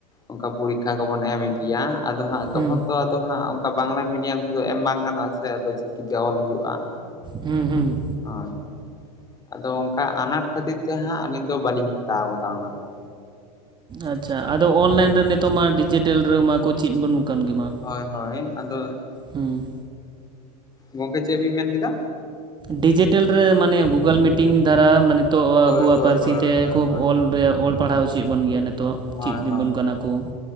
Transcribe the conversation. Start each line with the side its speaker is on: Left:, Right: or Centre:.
Left: ᱚᱱᱠᱟ ᱯᱚᱨᱤᱠᱠᱷᱟ ᱠᱚᱵᱚᱱ ᱮᱢᱮᱫ ᱜᱮᱭᱟ ᱟᱫᱚ ᱦᱟᱸᱜ ᱛᱚᱠᱷᱚᱱ
Right: ᱦᱩᱸ
Left: ᱛᱚ ᱟᱫᱚ ᱦᱟᱸᱜ ᱚᱱᱠᱟ ᱵᱟᱝᱞᱟ ᱢᱤᱰᱤᱭᱟᱢ ᱛᱮᱫᱚ ᱮᱢ ᱵᱟᱝ ᱜᱟᱱᱚᱜ-ᱟ ᱥᱮ ᱟᱫᱚ ᱪᱤᱠᱤᱛᱮ ᱚᱞ ᱦᱩᱭᱩᱜ-ᱟ᱾ ᱦᱩᱭᱩᱜ-ᱟ᱾
Right: ᱦᱩᱸ ᱦᱩᱸ᱾
Left: ᱦᱳᱭ ᱟᱫᱚ ᱚᱱᱠᱟ ᱟᱱᱟᱴ ᱠᱷᱟᱹᱛᱤᱨ ᱛᱮ ᱦᱟᱸᱜ ᱟᱹᱞᱤᱧ ᱫᱚ ᱵᱟᱹᱞᱤᱧ ᱦᱟᱛᱟᱣ ᱠᱟᱫᱟ ᱚᱱᱟ ᱫᱚ ᱾
Right: ᱟᱪᱪᱷᱟ ᱟᱫᱚ ᱚᱱᱞᱟᱭᱤᱱ ᱨᱮ ᱱᱤᱛᱚᱜ ᱢᱟ ᱰᱤᱡᱤᱴᱮᱞ ᱨᱮ ᱢᱟ ᱠᱚ ᱪᱮᱫ ᱵᱟᱹᱱᱩᱜ ᱠᱟᱱ ᱜᱮ ᱢᱟ ᱾
Left: ᱦᱳᱭ ᱦᱳᱭ, ᱟᱫᱚ
Right: ᱦᱩᱸ᱾
Left: ᱜᱚᱝᱠᱮ ᱪᱮᱫ ᱵᱤᱱ ᱢᱮᱱ ᱠᱮᱫᱟ?
Right: ᱰᱤᱡᱤᱴᱮᱞ ᱨᱮ ᱢᱟᱱᱮ ᱜᱩᱜᱩᱞ ᱢᱤᱴᱤᱝ ᱫᱟᱨᱟ ᱢᱟᱱᱮ ᱱᱤᱛᱚᱜ
Left: ᱦᱳᱭ
Right: ᱟᱵᱚᱣᱟᱜ
Left: ᱦᱳᱭ
Right: ᱯᱟᱹᱨᱥᱤ
Left: ᱦᱳᱭ
Right: ᱛᱮ
Left: ᱦᱳᱭ
Right: ᱠᱚ
Left: ᱦᱳᱭ
Right: ᱚᱞ ᱨᱮ ᱚᱞ ᱯᱟᱲᱦᱟᱣ ᱚᱪᱚᱭᱮᱫ ᱵᱚᱱ ᱜᱮᱭᱟ ᱱᱤᱛᱚᱜ᱾ ᱤᱛᱚᱜ
Left: ᱦᱳᱭ
Right: ᱪᱮᱫ
Left: ᱦᱳᱭ
Right: ᱟᱵᱚᱱ ᱠᱟᱱᱟ ᱠᱚ